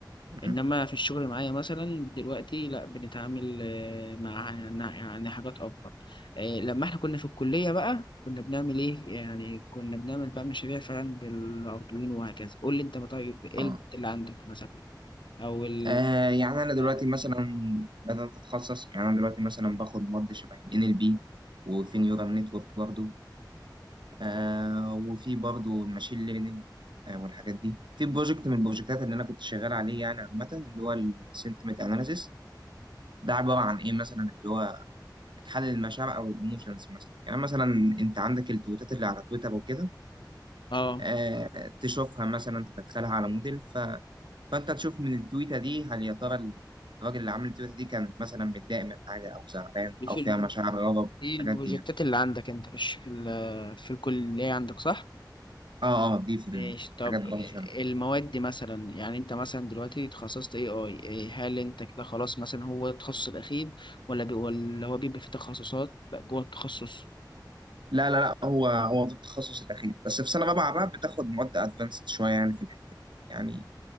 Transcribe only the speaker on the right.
أمم،
اه
آه، يعني انا دلوقتي
مثلا بدات اتخصص يعني انا دلوقتي مثلا باخد مواد شبه ال NLP وفي نيورال نتورك برضه آه وفي برضه الماشين ليرنينج آه والحاجات دي في بروجكت من البروجكتات اللي انا كنت شغال عليه يعني عامه اللي هو السنتمنت اناليسيس ده عباره عن ايه مثلا اللي هو بتحلل المشاعر او الايموشنز مثلا يعني مثلا انت عندك التويتات اللي على تويتر وكده
آه تشوفها مثلا تدخلها على موديل ف... فانت تشوف من التويته دي هل يا ترى الراجل اللي عامل التويته دي كان مثلا متضايق من حاجه او زعلان
او فيها
مشاعر غضب
الحاجات دي يعني
اه اه دي في
الحاجات برضه شغالة.
لا لا لا هو هو ده التخصص الاخير بس في سنه رابعه بقى بتاخد مواد ادفانسد شويه يعني في الحته دي يعني